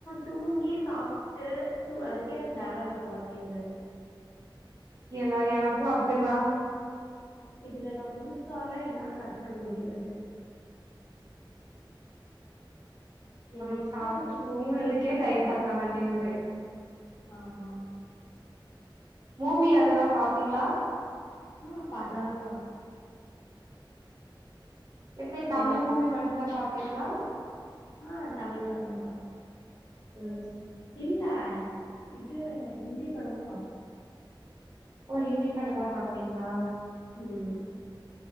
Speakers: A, on the left; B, on the right.
A: தூங்கி சாப்ட்டு அதுக்கே எனக்கு நேரம் பத்த மாட்டேங்து
B: எல்லா எனக்கு அப்படிதா
A: இதுல நா புதுசால என்னால கத்துக்க முடியாது
B: நமக்கு
A: என்ன விட்டா
B: சாப்ட்டு
A: தூங்கிட்டே
B: தூங்குறதுக்கே
A: இருப்பே
B: டைம் பத்த மாட்டேங்குது
A: ஆமா
B: மூவி அதெல்லா பாப்பீங்களா
A: ஆஹ் படலா பாப்ப
B: எப்படி தமிழ்
A: எல்லா
B: மூவி மட்டும்தா பாப் எல்லாரு
A: ஆஹ் தமிழ் படம் தா பாப்போ
B: உம்
A: இல்ல இது ஹிந்தி படமு பாப்போ
B: ஓ ஹிந்தி படம்ல்லா பாப்பீங்களா
A: உம்